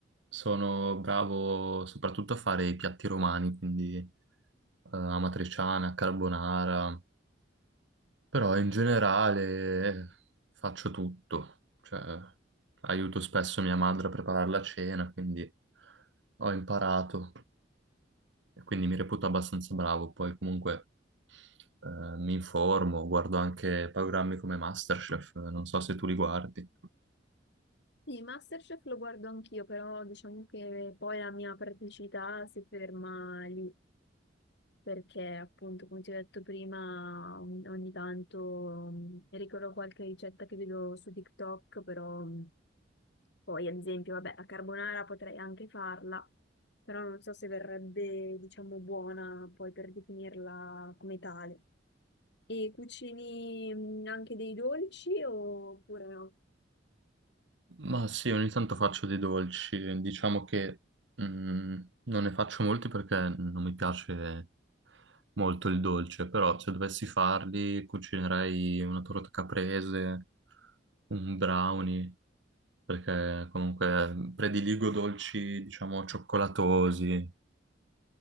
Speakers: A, on the right; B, on the left.
A: Sono bravo soprattutto a fare i piatti romani, quindi eh, amatriciana, carbonara, però in generale faccio tutto. Cioè, aiuto spesso mia madre a preparare la cena, quindi ho imparato e quindi mi reputo abbastanza bravo. Poi comunque eh, mi informo, guardo anche programmi come MasterChef, non so se tu li guardi.
B: Sì, Masterchef lo guardo anch'io, però diciamo che poi la mia praticità si ferma lì, perché appunto, come ti ho detto prima, ogni ogni tanto mm, ricordo qualche ricetta che vedo su TikTok, però mm, poi ad esempio, vabbè, la carbonara potrei anche farla, però non so se verrebbe, diciamo, buona poi per definirla come tale. E cucini mm, anche dei dolci oppure no?
A: Ma sì, ogni tanto faccio dei dolci, diciamo che mm, non ne faccio molti perché non mi piace molto il dolce, però se dovessi farli cucinerei una torta caprese, un brownie, perché comunque prediligo dolci, diciamo, cioccolatosi,